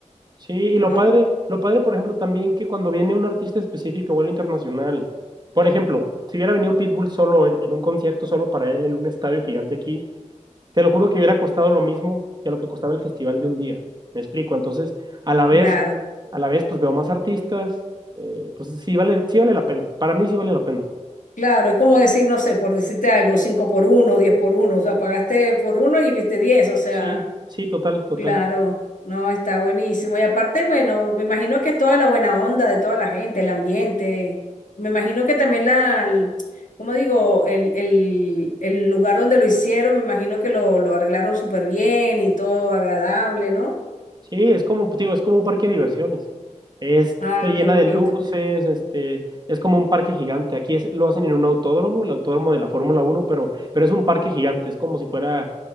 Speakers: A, on the right (about 35°); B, on the left (about 80°).
A: Sí, y
B: ¿no?
A: lo padre, lo padre, por ejemplo, también que cuando viene un artista específico o el internacional, por ejemplo, si hubiera venido Pitbull solo en en un concierto solo para él en un estadio gigante aquí, Te lo juro que hubiera costado lo mismo que lo que costaba el festival de un día. Me explico. Entonces, a la vez,
B: Claro.
A: a la vez, pues veo más artistas. eh, entonces, sí vale, sí vale la pena. Para mí sí vale la pena.
B: Claro, es como decir, no sé, por decirte algo, 5 por uno, 10 por uno. o sea, pagaste por uno y viste 10. o sea,
A: Sí, sí, total, total.
B: claro, no, está buenísimo. Y aparte, bueno, me imagino que es toda la buena onda de toda la gente, el ambiente, me imagino que también la, el- ¿cómo digo? El, el, el lugar donde lo hicieron, me imagino que lo, lo arreglaron súper bien y todo agradable, ¿no?
A: Sí, es como, digo, es como un parque de diversiones. Es,
B: Ah,
A: se llena
B: qué bonito.
A: de luces, este, es como un parque gigante. Aquí es, lo hacen en un autódromo, el autódromo de la Fórmula Uno, pero, pero es un parque gigante, es como si fuera,